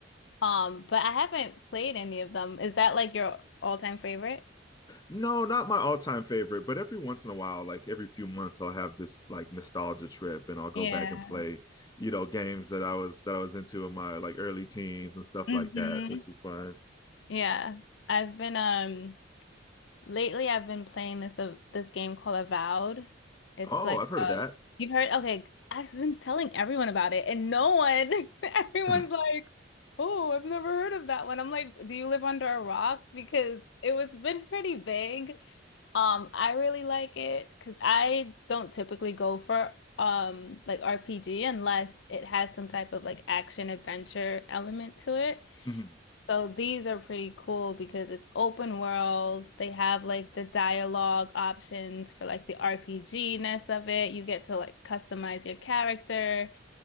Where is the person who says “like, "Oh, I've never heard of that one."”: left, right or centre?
Left